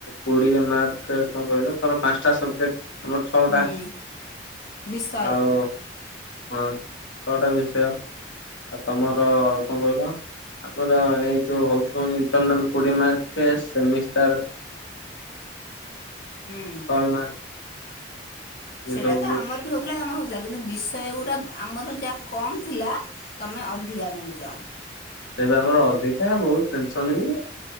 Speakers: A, on the left (about 80°); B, on the left (about 50°).
A: କୋଡିଏ ମାର୍କରେ କଣ କହିଲ ଧର ପାଞ୍ଚଟା ସବଜେକ୍ଟ ଆମର ଛଅଟା
B: ହୁଁ ବିଷୟ
A: ଆଉ ହଁ ଛଅଟା ବିଷୟ ଆଉ ତମର କଅଁ କହିଲ ଆମର ଏଇ ଯୋଉ ହଉଚି କଣଇଣ୍ଟରନାଲ କୋଡିଏ ମାର୍କ ସେମିଷ୍ଟାର
B: ହୁଁ।
A: ଶହେ ମାର୍କ।
B: ସେଇଟା
A: ଏ ସବୁ
B: ତ
A: ହଁ
B: ଆମର ବି ହଉଥିଲା ତ ଆମର ହଉଥିଲା କିନ୍ତୁ ବିଷୟ ଉରା ଆମର ଯାହା କମ୍ ଥିଲା ତମେ ଅଧିକା ନଉଚ଼।
A: ତେବେ ଆମର ଅଧିକା ବହୁତ ଟେନସନ ବି